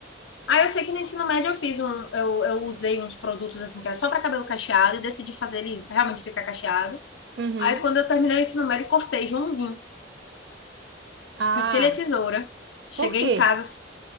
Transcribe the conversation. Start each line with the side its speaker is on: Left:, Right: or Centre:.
Left: Aí eu sei que no ensino médio eu fiz um, eu, eu usei uns produtos assim que era só para cabelo cacheado e decidi fazer ele realmente ficar cacheado.
Right: Uhum.
Left: Aí quando eu terminei o ensino médio, cortei Joãozinho,
Right: Ah,
Left: piquei a tesoura, cheguei
Right: por quê?
Left: em casa